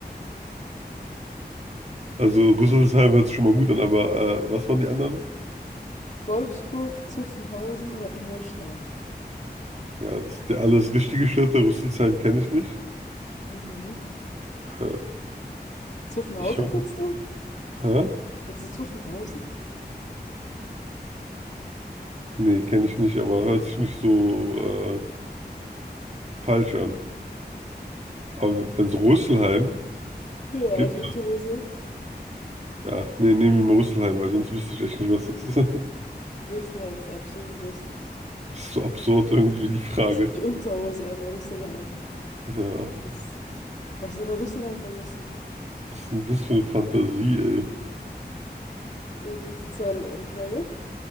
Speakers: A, on the right; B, on the left.
A: Also Rüsselsheim hört sich schon mal gut an, aber äh, was waren die anderen?
B: Wolfsburg, Zuffenhausen oder Ingolstadt?
A: Ja, das sind ja alles richtige Städte. Rüsselsheim kenne ich nicht.
B: Mhm.
A: Äh,
B: Zuffenhausen
A: ich hoffe.
B: kennst du?
A: Hä?
B: Kennst du Zuffenhausen?
A: Nee, kenne ich nicht, aber hört sich nicht so äh, falsch an. Aber wenn es Rüsselsheim
B: Ja,
A: gibt,
B: die Unterhose.
A: Ja, nee, nehmen wir mal Rüsselheim, weil sonst wüsste ich echt nicht, was das ist. <laughs>
B: Rüsselheim ist absolut richtig.
A: Das ist so absurd irgendwie, die Frage.
B: Die Unterhose, einfach Rüsselheim.
A: Ja,
B: Das ist, du hast Anna Rüsselheim vergessen.
A: was ist denn das für eine Fantasie, ey?
B: Sehr gut, die euro frage